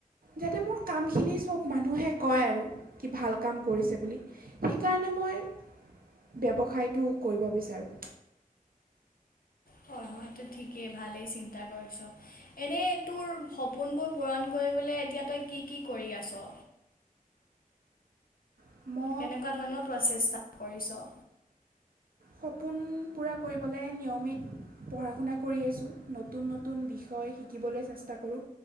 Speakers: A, on the right; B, on the left.
A: যাতে মোৰ কামখিনি চব মানুহে কয় আৰু কি ভাল কাম কৰিছে বুলি। সেইকাৰণে মই ব্যৱসায়টো কৰিব বিচাৰোঁ।
B: হয় হয়তো ঠিকেই ভালেই চিন্তা কৰিছ। এনেই তোৰ সপোনবোৰ পূৰণ কৰিবলৈ এতিয়া তই কি কি কৰি আছ?
A: ম
B: কেনেকুৱা ধৰণৰ প্ৰচেষ্টা কৰিছোঁ?
A: সপোন পূৰা কৰিবলৈ নিয়মিত পঢ়া - শুনা কৰি আছোঁ, নতুন নতুন বিষয় শিকিবলৈ চেষ্টা কৰোঁ।